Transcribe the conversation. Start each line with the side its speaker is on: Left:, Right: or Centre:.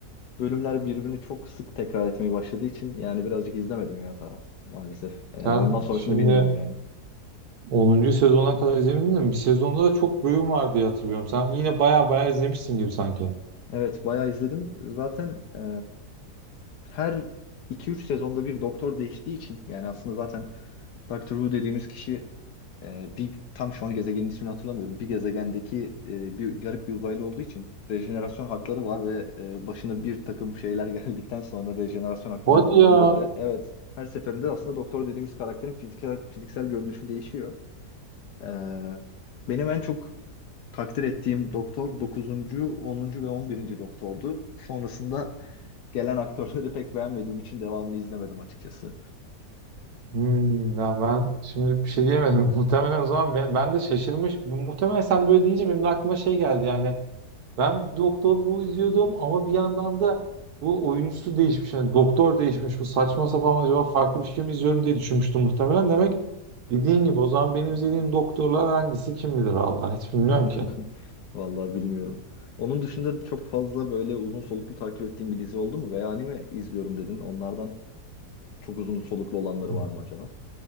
Left: bölümler birbirini çok sık tekrar etmeye başladığı için yani birazcık izlemedim ya ta maalesef. Ee,
Right: Sen
Left: ondan sonrasını
Right: şimdi
Left: bilmiyorum yani.
Right: onuncu sezona kadar izlemedin mi? Bir sezonda da çok bölüm var diye hatırlıyorum. Sen yine bayağı bayağı izlemişsin gibi sanki.
Left: Evet, bayağı izledim. Zaten e, her iki üç sezonda bir doktor değiştiği için yani aslında zaten Doctor Who dediğimiz kişi e, bir tam şu an gezegenin ismini hatırlamıyorum. Bir gezegendeki e, bir garip bir uzaylı olduğu için rejenerasyon hakları var ve e, başına bir takım şeyler <laughs> geldikten sonra rejenerasyon haklarını
Right: Hadi
Left: kullanıyor
Right: ya.
Left: ve evet her seferinde aslında doktor dediğimiz karakterin fiziksel, fiziksel görünüşü değişiyor. E, benim en çok takdir ettiğim doktor dokuzuncu, onuncu ve on birinci doktordu. Sonrasında gelen aktörleri pek beğenmediğim için devamını izlemedim açıkçası.
Right: Hmm, ya ben şimdi bir şey diyemedim. <laughs> Muhtemelen o zaman ben, ben de şaşırmış. Muhtemelen sen böyle deyince benim de aklıma şey geldi yani. Ben Doktor Who izliyordum ama bir yandan da bu oyuncusu değişmiş. Yani doktor değişmiş. Bu saçma sapan acaba farklı bir şey mi izliyorum diye düşünmüştüm muhtemelen. Demek dediğin gibi o zaman benim izlediğim doktorlar hangisi kim bilir Allah hiç bilmiyorum
Left: <laughs>
Right: ki.
Left: Vallahi bilmiyorum. Onun dışında çok fazla böyle uzun soluklu takip ettiğim bir dizi oldu mu? Veya anime izliyorum dedin. Onlardan çok uzun soluklu olanları
Right: Hmm.
Left: var mı acaba?